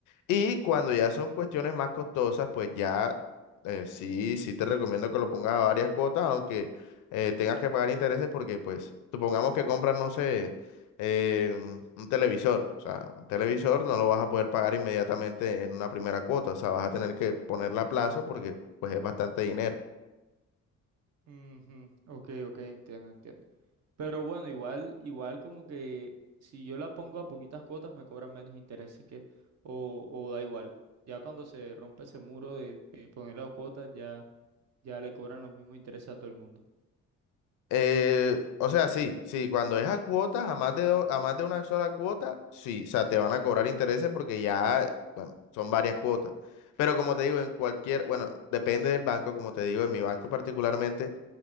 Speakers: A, on the left; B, on the right.
A: Y cuando ya son cuestiones más costosas, pues ya eh, sí, sí te recomiendo que lo pongas a varias cuotas, aunque eh, tengas que pagar intereses porque, pues, supongamos que compras, no sé, eh, un un televisor. O sea, un televisor no lo vas a poder pagar inmediatamente en una primera cuota. O sea, vas a tener que ponerla a plazo porque, pues, es bastante dinero.
B: Ujú, Ok, ok, entiendo, entiendo. Pero bueno, igual, igual como que si yo la pongo a poquitas cuotas me cobran menos intereses que, o, o da igual. Ya cuando se rompe ese muro de, de poner la cuota, ya, ya le cobran los mismos intereses a todo el mundo.
A: Eh, o sea, sí, sí, cuando es a cuotas, a más de do- a más de una sola cuota, sí, o sea, te van a cobrar intereses porque ya, bueno, son varias cuotas. Pero como te digo, en cualquier, bueno, depende del banco, como te digo, en mi banco particularmente,